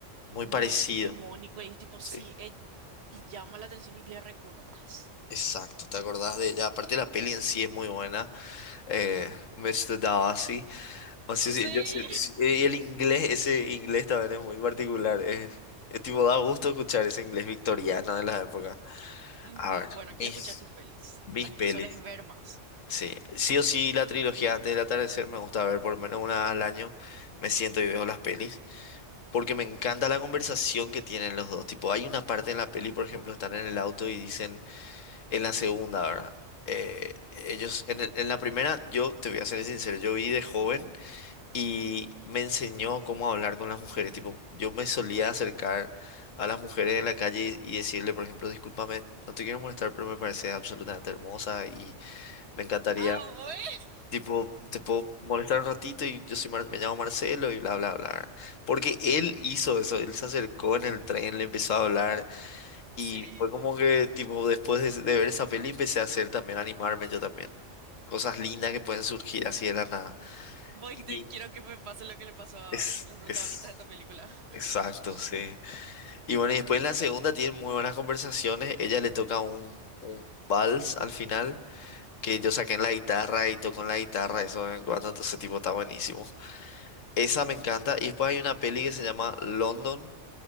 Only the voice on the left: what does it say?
Muy
parecido,
sí.
Exacto, ¿te acordás de ella? Aparte la peli en sí es muy buena, eh, Mr. Darcy. O sea,
sí, yo sé- sí, y el inglés, ese inglés también es muy particular. Es, es tipo, da gusto escuchar ese inglés victoriano de la época.
A ver,
mis,
mis
pelis.
Sí, sí o sí la trilogía antes del atardecer me gusta ver por lo menos una vez al año. Me siento y veo las pelis. Porque
me encanta la conversación que tienen los dos. Tipo, hay una parte en la peli, por ejemplo, están en el auto y dicen... en la segunda, ¿verdad? Eh, ellos, en, el- en la primera, yo te voy a ser sincero, yo vi de joven y me enseñó cómo hablar con las mujeres. Tipo, yo me solía acercar a las mujeres en la calle y, y decirle, por ejemplo, discúlpame, no te quiero molestar, pero me parece absolutamente hermosa y me encantaría,
tipo, te puedo molestar un ratito y yo soy Mar- me llamo Marcelo y bla, bla, bla. Porque él hizo eso, él se acercó en el tren, le empezó a hablar y
fue como que, tipo, después de, de ver esa peli empecé a hacer también, a animarme yo también. Cosas lindas que pueden surgir así de la nada.
Y
es,
es,
exacto,
sí. Y bueno, y después en la segunda tienen muy buenas conversaciones. Ella le toca un, un vals al final, que yo saqué en la guitarra y toco en la guitarra, eso de vez en cuando, entonces tipo está buenísimo. Esa me encanta. Y después hay una peli que se llama London,